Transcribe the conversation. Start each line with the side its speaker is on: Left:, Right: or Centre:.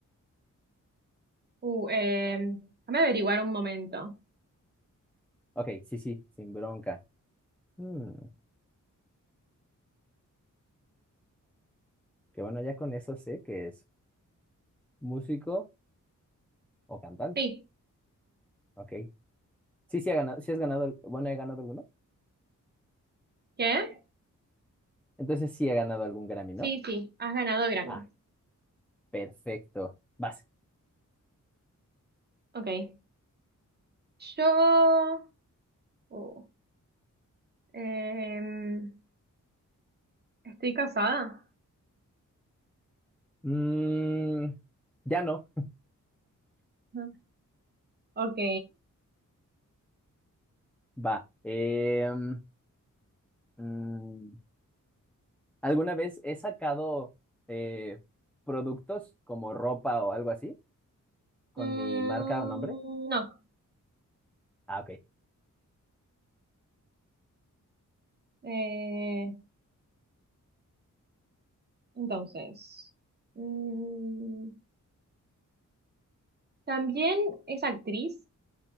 Right: Uh, eh, déjame averiguar un momento.
Centre: Ok, sí, sí, sin bronca. Mm, que bueno, ya con eso sé que es músico o cantante.
Right: Sí.
Centre: Ok. Sí, sí, ha ganado, sí has ganado, al- bueno, he ganado alguno.
Right: ¿Qué?
Centre: Entonces sí he ganado algún Grammy,
Right: Sí,
Centre: ¿no?
Right: sí, has ganado Grammy.
Centre: Ah, perfecto. Vas.
Right: Ok. Yo... Oh. Em, ¿estoy casada?
Centre: Mm, ya no.
Right: Ujú. Ok.
Centre: Va. Em, mm, ¿alguna vez he sacado eh, productos como ropa o algo así? con
Right: Mm,
Centre: mi marca o nombre.
Right: no.
Centre: Ah, ok.
Right: Eh, entonces. mm, ¿también es actriz?